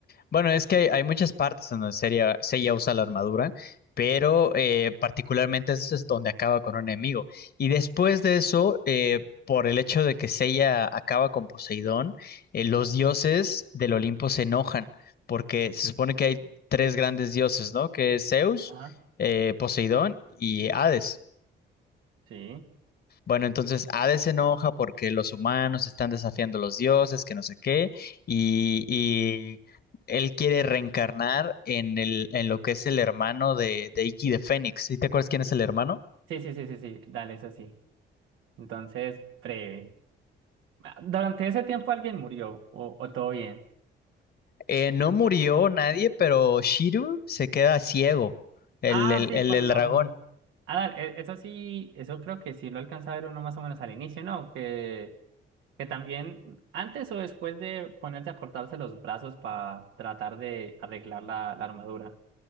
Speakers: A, on the left; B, on the right.
A: Bueno, es que hay, hay muchas partes en donde Seiya, Seiya usa la armadura, pero eh, particularmente ese es donde acaba con un enemigo. Y después de eso, eh, por el hecho de que Seiya acaba con Poseidón, eh, los dioses del Olimpo se enojan, porque se supone que hay tres grandes dioses, ¿no? Que es Zeus,
B: Ajá.
A: eh, Poseidón y Hades.
B: Sí.
A: Bueno, entonces Hades se enoja porque los humanos están desafiando a los dioses, que no sé qué, y, y él quiere reencarnar en el, en lo que es el hermano de, de Iki de Fénix. ¿Sí te acuerdas quién es el hermano?
B: Sí, sí, sí, sí, sí. Dale, eso sí. Entonces, breve. Ah, Durante ese tiempo alguien murió, o, o todo bien.
A: Eh, no murió nadie, pero Shiru se queda ciego, el,
B: Ah,
A: el,
B: sí,
A: el,
B: con
A: el
B: lo.
A: dragón.
B: Ah, dale, e- eso sí, eso creo que sí lo alcanza a ver uno más o menos al inicio, ¿no? Que Que también antes o después de ponerse a cortarse los brazos para tratar de arreglar la, la armadura.